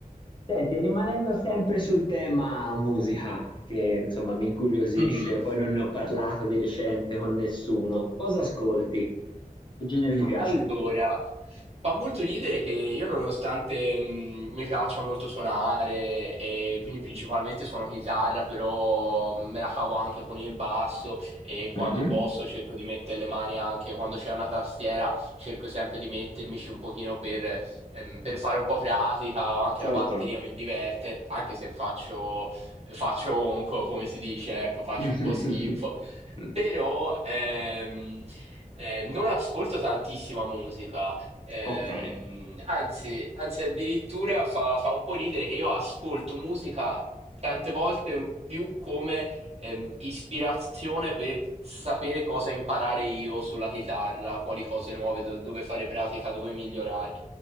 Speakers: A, on the left (about 35°); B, on the right (about 45°).
A: Senti, rimanendo sempre sul tema musica, che insomma mi incuriosisce,
B: Mhm.
A: poi non ne ho parlato di recente con nessuno. Cosa ascolti? Che genere ti piace?
B: Allora, fa molto ridere che io nonostante mh, mi piaccia molto suonare e quindi principalmente suono chitarra, però me la cavo anche con il basso e quando
A: Mhm,
B: posso cerco di mettere le mani anche quando c'è una tastiera, cerco sempre di mettermici un pochino per, ehm, per fare un po' pratica, o anche
A: Certo.
B: la batteria mi diverte, anche se faccio, faccio onco, come si dice, ecco, faccio
A: <laughs>
B: un po' schifo però ehm, eh, non ascolto tantissima musica, ehm,
A: Ok,
B: anzi, anzi addirittura fa, fa un po' ridere che io ascolto musica tante volte più come ehm, ispirazione per sapere cosa imparare io sulla chitarra, quali cose nuove, do- dove fare pratica, dove migliorare.